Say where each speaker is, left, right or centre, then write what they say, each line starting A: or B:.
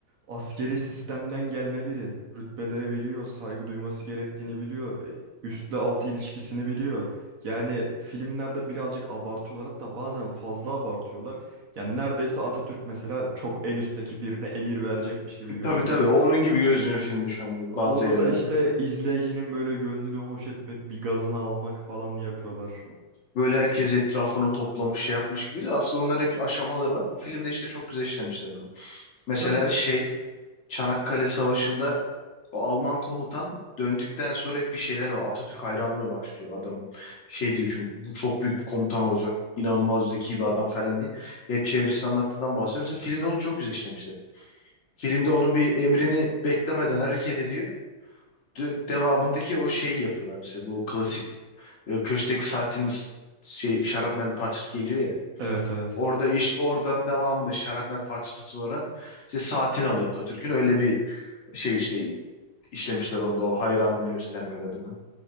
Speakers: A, on the right (about 55°); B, on the left (about 60°).
A: askeri sistemden gelme biri. Rütbelere biliyor, saygı duyması gerektiğini biliyor, e, üstle altı ilişkisini biliyor. Yani filmlerde birazcık abartıyorlar hatta bazen fazla abartıyorlar. Yani neredeyse Atatürk mesela çok en üstteki birine emir verecekmiş gibi gözüküyor.
B: Tabii tabii onun gibi gözünü filmde şu anda da
A: Orada
B: bazı yerlerde.
A: da işte izleyicinin böyle gönlünü hoş etmek, bir gazını almak falan yapıyorlar.
B: Böyle herkes etrafını toplamış şey yapmış gibi. Aslında onlar hep aşamaları var. Bu filmde işte çok güzel işlemişler onu. Mesela
A: Hocam,
B: şey Çanakkale Savaşı'nda o Alman komutan döndükten sonra hep bir şeyler var. Atatürk hayranlığı başlıyor adam. Şey diyor çünkü bu çok büyük bir komutan olacak. İnanılmaz bir zeki bir adam falan diye. Hep çevresini anlattığından bahsediyorum. Mesela filmde onu çok güzel işlemişler. Filmde onun bir emrini beklemeden hareket ediyor. De- devamındaki o şeyi yapıyorlar mesela bu klasik e, köşkteki saatiniz şey şarapnel parçası geliyor ya.
A: evet evet.
B: Orada iş oradan devamında şarapnel parçası sonra işte saatini alıyor Atatürk'ün. Öyle bir şey işte işlemişler onda o hayranlığını göstermek adına.